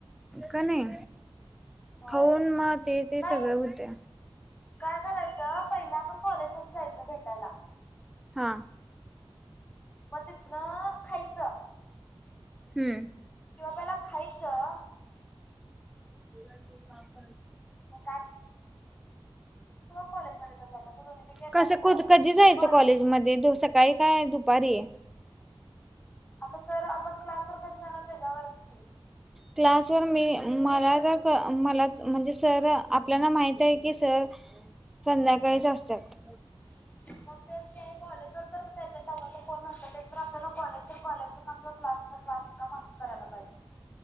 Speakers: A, in the centre; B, on the left (about 15°).
A: का नाही
B: होय
A: खाऊन म ते-ते
B: नाही
A: सगळ होतय.
B: काय करायचं पहिला आपण कॉलेज मध्ये जायचं भेटायला.
A: हा.
B: मग तिथन खायचं.
A: हम्म.
B: किंवा पहिला खायचं.
A: ग <unintelligible>
B: ह. कॉलेजमध्ये तर जायचं असं दोन्हीपैकी एखादं
A: कस
B: करायचं
A: कु! कधी जायचं
B: पण
A: कॉलेज मध्ये? सकाळी काय दुपारी.
B: आता सर आपण क्लासवर कधी जाणार त्याच्यावर की.
A: क्लासवरून मी मला तर मला म्हणजे सर आपल्याला माहित आहे की सर. संध्याकाळीच असतात.
B: <inaudible> मग तेच की आणि कॉलेजवर तर त्याच्या संग तर कोण नसत ते तर आपल्याला कॉलेज कॉलेज ममजा क्लास बांधकाम अस करायला पाहिजे